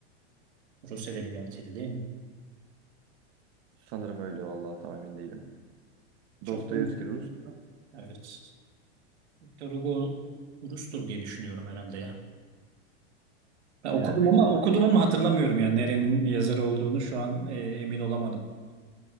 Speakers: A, on the right; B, on the right.
A: Rus edebiyatıydı değil mi?
B: Sanırım öyle vallahi tam emin değilim.
A: Çok
B: Dostoyevski
A: olmuş.
B: Rus
A: Evet. Victor Hugo Rus'tur diye düşünüyorum herhalde ya. Ben okudum
B: yani büyük
A: ama
B: ihtimal.
A: okudum ama hatırlamıyorum yani nerenin yazarı olduğunu şu an e, emin olamadım.